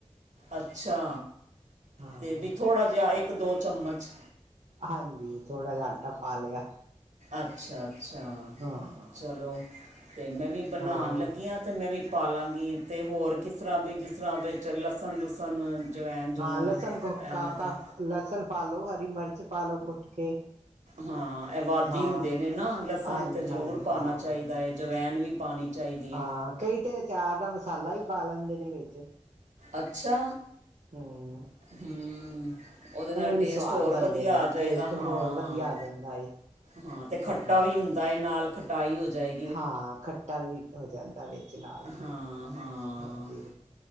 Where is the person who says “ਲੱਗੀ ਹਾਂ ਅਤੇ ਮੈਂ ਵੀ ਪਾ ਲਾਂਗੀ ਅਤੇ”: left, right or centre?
Right